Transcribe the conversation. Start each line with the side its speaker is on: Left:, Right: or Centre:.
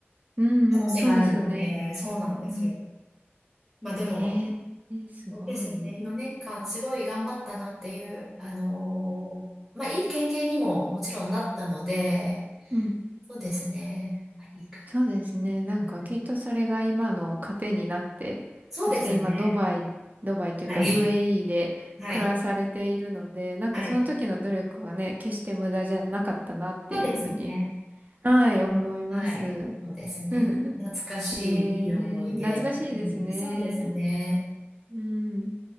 Right: うんうん、
Centre: 可能性があるので、
Right: そうですよね。
Centre: そうなんですよ。
Right: うん。
Centre: まあでも、
Right: ええ、えーすごい。
Centre: そうですね。4年間すごい頑張ったなっていう、あのーまあ、いい経験にももちろんなったので、
Right: うん
Centre: そうですね。はい、いいか。
Right: そうですね。なんかきっとそれが今の糧になって、
Centre: うんそうですね。
Right: そして今ドバイ、ドバイというか
Centre: はい。
Right: UAE で暮らされているので、
Centre: はい。
Right: なんかその時の努力はね、
Centre: はい。
Right: 決して無駄じゃなかったなっていうふうに、
Centre: そうですね。
Right: はい、思います。
Centre: はい。そうですね。
Right: <laughs>
Centre: 懐かしい、
Right: えー、
Centre: いい思い出。
Right: 懐かしいですね。
Centre: うん、そうですね。
Right: うん。